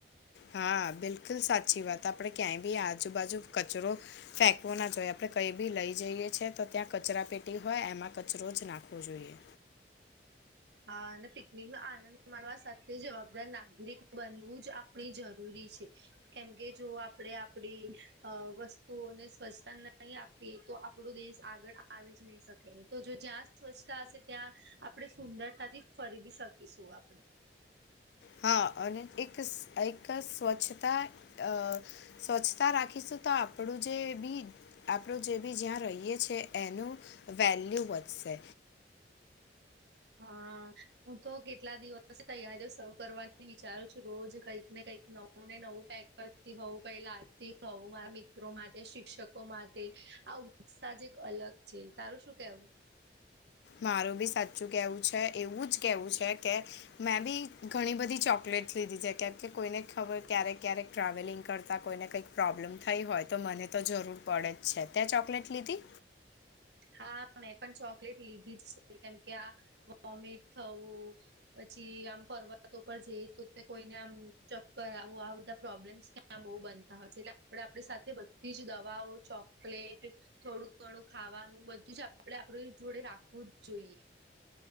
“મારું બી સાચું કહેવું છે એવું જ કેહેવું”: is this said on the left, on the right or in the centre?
Left